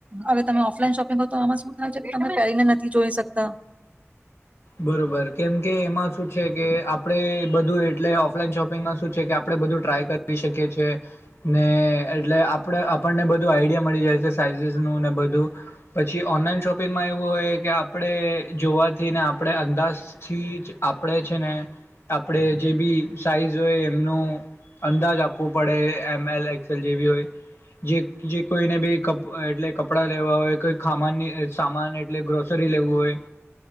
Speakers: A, on the right; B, on the left.
A: અગર તમે ઓફલાઈન શોપિંગ હોય તો આમાં શું થાય છે, કે તમે પેરીને નથી જોઈ શકતા.
B: બરોબર કેમ કે એમાં શું છે કે આપડે બધું એટલે ઓફલાઈન શોપિંગમાં શું છે કે. આપડે બધું ટ્રાય કરી શકીએ છીએ. ને એટલે આપડે આપડને બધું આઈડિયા મળી જાય છે. સાઈઝસનું ને બધું પછી ઓનલાઈન શોપિંગમાં એવું હોય કે, આપડે જોવાથી ને આપડે અંદાજથી જ આપડે છે ને આપડે જે બી સાઈઝ હોય એમનું અંદાજ આપવું પડે. એમ, એલ, એક્સએલ જેવી હોય. જે જે કોઈને બી કપ એટલે કપડાં લેવા હોય, કોઈ ખામાનની સામાન એટલે ગ્રોસરી લેવું હોય